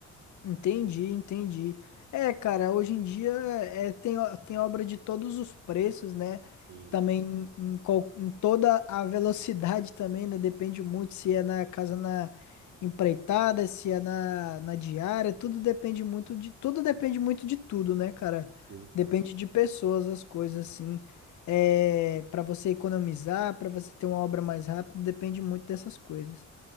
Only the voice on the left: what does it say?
Entendi, entendi. É, cara, hoje em dia é, tem, o- tem obra de todos os preços, né?
Também em, qual- em toda a velocidade também, né? Depende muito se é na casa na empreitada, se é na, na diária, tudo depende muito de tudo depende muito de tudo, né, cara?
Depende de pessoas, as coisas assim. É, para você economizar, para você ter uma obra mais rápida, depende muito dessas coisas.